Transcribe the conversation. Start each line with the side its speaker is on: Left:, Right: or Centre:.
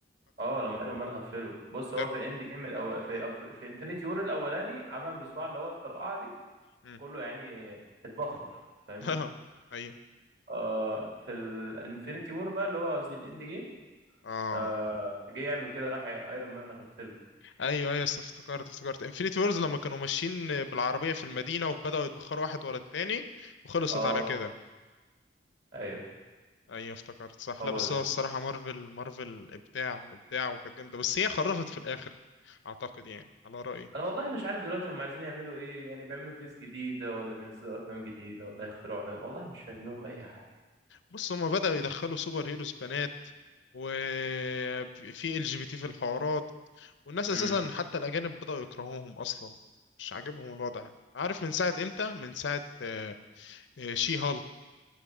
Right: اه لما ايرون مان غفله بص هو
Left: ده
Right: في اند جيم الأو... في
Left: مم.
Right: أف- في انفنتي وور الاولاني عمل بصباعه اللي هو الطرقعه دي
Left: مم.
Right: كله يعني اتبخر فاهمني
Left: <laughs> اه ايوه
Right: آه في الانفنتي وور بقى اللي هو قصدي الاند جيم
Left: اه
Right: آه جه يعمل كده راح ايرون مان غفله
Left: ايوه ايوه است- افتكرت افتكرت انفينيتي وورز لما كانوا ماشيين بالعربيه في المدينه وبداوا يتبخروا واحد ورا التاني وخلصت
Right: اه
Left: على كده
Right: ايوه
Left: ايوه افتكرت صح
Right: هو
Left: لا بس
Right: ده
Left: هو الصراحة مارفل مارفل ابداع ابداع وكانت جامدة بس هي خرفت في الاخر اعتقد يعني على رأيي
Right: انا والله مش عارف دلوقتي هم عايزين يعملوا ايه يعني بيعملوا فيس جديده ولا بينزلوا افلام جديده ولا يخترعوا أنا والله مش فاهم لهم اي حاجه
Left: بص هما بدأوا يدخلوا سوبر هيروز بنات وفي ال جي بي تي في الحوارات والناس اساسا
Right: امم
Left: حتى الاجانب بدأوا يكرهوهم اصلا مش عاجبهم الوضع عارف من ساعة امتى من ساعة آه، آه، شي هالك